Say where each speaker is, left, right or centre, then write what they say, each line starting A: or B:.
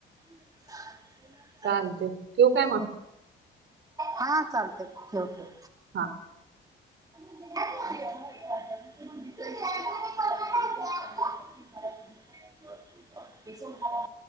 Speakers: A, on the right; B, on the right.
A: <inaudible>
B: चालतंय ठेवू काय मग.
A: हा चालते ठेव ठेव
B: हा
A: <unintelligible> <unintelligible>